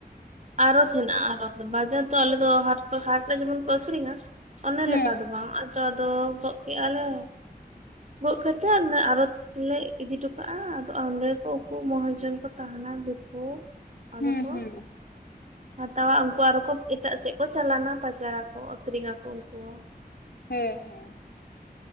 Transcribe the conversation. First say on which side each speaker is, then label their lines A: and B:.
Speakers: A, on the right (about 45°); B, on the left (about 75°).
A: ᱟᱨᱚ ᱢᱮᱱᱟᱜ ᱟ ᱚᱱᱟ ᱟᱨᱚ ᱵᱟᱡᱟᱨ ᱫᱚ ᱟᱞᱮ ᱦᱟᱴ ᱨᱮ ᱡᱮᱢᱚᱱ ᱠᱚ ᱟᱠᱠᱷᱨᱤᱧᱟ ᱚᱱᱮ
B: ᱦᱮᱸ
A: ᱞᱮᱠᱟ ᱫᱚ ᱵᱟᱝ ᱟᱫᱚ ᱫᱚ ᱜᱚᱜ ᱠᱮᱜᱼᱟ ᱞᱮ ᱜᱚᱫ ᱠᱟᱛᱮᱫ ᱟᱨᱚᱛ ᱞᱮ ᱤᱫᱤ ᱦᱚᱴᱚ ᱠᱟᱜᱼᱟ ᱟᱫᱚ ᱚᱸᱰᱮ ᱠᱚ ᱩᱱᱠᱩ ᱢᱚᱦᱟᱡᱚᱱ ᱠᱚ ᱛᱟᱦᱮᱱᱟ ᱫᱤᱠᱩ ᱟᱫᱚ
B: ᱦᱮᱸ
A: ᱠᱚ
B: ᱦᱮᱸ
A: ᱦᱟᱛᱟᱣᱟ ᱩᱱᱠᱩ ᱟᱨᱚ ᱠᱚ ᱮᱴᱟᱜ ᱥᱮᱫ ᱠᱚ ᱪᱟᱞᱟᱱᱟ ᱯᱟᱪᱟᱨᱟᱠᱚ ᱟᱠᱷᱨᱤᱧᱟᱠᱚ ᱩᱱᱠᱩ
B: ᱦᱮᱸ ᱦᱮᱸ